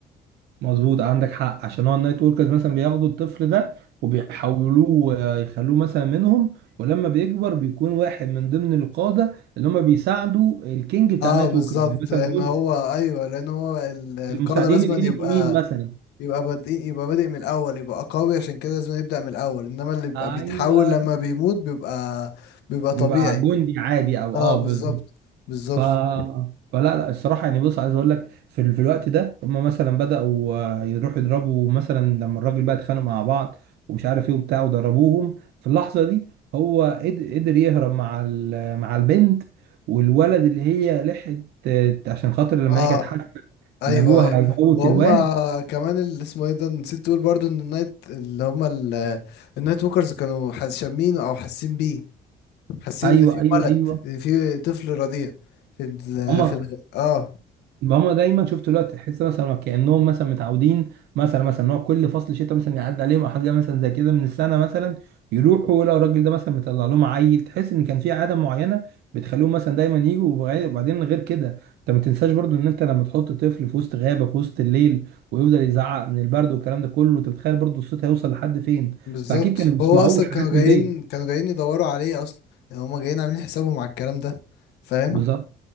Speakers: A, on the right (about 75°); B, on the left (about 85°).
A: مظبوط عندك حق عشان هو النايت وركرز مثلا بياخدوا الطفل ده وبيحولوه آه، يخلوه مثلا منهم ولما بيكبر بيكون واحد من ضمن القادة اللي هم بيساعدوا الكينج بتاع
B: اه
A: النايت
B: بالظبط
A: وركرز يعني مثلا
B: لان
A: دول
B: هو ايوه لان هو ال... القاده
A: المساعدين
B: لازم
A: الايد
B: يبقى
A: اليمين مثلا
B: يبقى بادئ يبقى بادئ من الاول يبقى قوي عشان كده لازم يبدأ من الاول انما اللي بيبقى
A: ايوه
B: بيتحول لما بيموت بيبقى بيبقى
A: بيبقى
B: طبيعي
A: جندي عادي او
B: اه
A: اه
B: بالظبط
A: بالظبط
B: بالظبط
A: ف فلا لا الصراحه يعني بص عايز اقول لك في, ال... في الوقت ده هم مثلا بداوا آه، يروحوا يضربوا مثلا لما الراجل بقى اتخانقوا مع بعض ومش عارف ايه وبتاع وضربوهم في اللحظه دي هو قد- قدر يهرب مع ال... مع البنت والولد اللي هي لحقت آه، عشان خاطر لما
B: اه
A: هي كانت حاسه
B: ايوه
A: ان ابوها
B: ايوه
A: هيموت
B: وهم
A: الواد
B: كمان اللي اسمه ايه ده نسيت تقول برضو ان النايت اللي هم ال- النايت ووكرز كانوا حاس- شامينه او حاسين بيه حاسين
A: ايوه
B: ان في
A: ايوه
B: ولد
A: ايوه
B: ان في طفل رضيع في ال
A: هم
B: في ال اه
A: هما دايما شفت دلوقتي تحس مثلا كانهم مثلا متعودين مثلا مثلا ان هو كل فصل شتاء مثلا يعدي عليهم او حاجه مثلا زي كده من السنه مثلا يروحوا لو الراجل ده مثلا مطلع لهم عيل تحس ان كان في عاده معينه بتخليهم مثلا دايما يجوا وبعي- وبعدين غير كده انت ما تنساش برضو ان انت لما تحط طفل في وسط غابه في وسط الليل ويفضل يزعق من البرد والكلام ده كله انت بتخيل برضو الصوت هيوصل لحد فين
B: بالظبط
A: فاكيد كانوا بيسمعوه
B: هو اصلا
A: حاجات
B: كانوا جايين
A: من دي
B: كانوا جايين يدوروا عليه اصلا يعني هم جايين عاملين حسابهم على الكلام ده فاهم
A: بالظبط